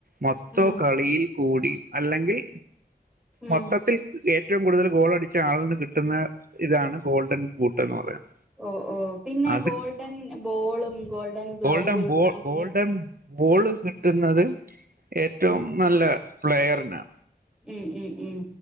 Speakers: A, on the right; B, in the centre.
A: മൊത്ത
B: ഉം
A: കളിയിൽ കൂടി അല്ലെങ്കിൽ
B: ഉം
A: മൊത്തത്തിൽ ഏ ഏറ്റവും കൂടുതൽ ഗോളടിച്ച ആളിന് കിട്ടുന്ന ഇതാണ് ഗോൾഡൻ ബൂട്ട് എന്ന് പറയുന്നത്
B: ഓ ഓ പിന്നെ
A: അത്
B: ഗോൾഡൻ ബോളും ഗോൾഡൻ ഗ്ലൗവ്
A: ഗോൾഡൻ ബോ
B: അങ്ങനെ
A: ഗോൾഡൻ ബോള് കിട്ടുന്നത് ഏറ്റവും
B: ഉം
A: നല്ല പ്ലെയറിനാണ്
B: ഉം ഉം ഉം